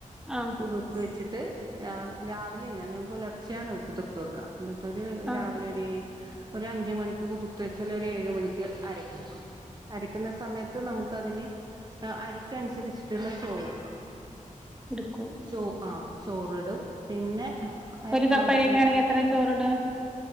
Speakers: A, in the centre; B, on the right.
A: ആഹ്
B: കുതിർത്ത് വെച്ചിട്ട് രാ രാവിലെ ഞാന് പുലർച്ചെയാണ് കുതിർത്ത വക്ക അന്നട്ടൊരു
A: ആഹ്
B: രാവിലെ ഒര് ഒരു അഞ്ചു മണി കുതുർത്തുവെച്ചാൽ ഒരേഴുമണിക്ക് അരക്കും അരക്കുന്ന സമയത്ത് നമുക്ക് അതിന് അരിക്കനുസരിച്ചിട്ടുള്ള ചോറ്
A: എടുക്കും
B: ചോ ആ ചോറിടും പിന്നെ
A: ഒരു കപ്പ്
B: അരി
A: അരിയൊക്കെയാണെങ്കി എത്രെ ചോറ് ഇടും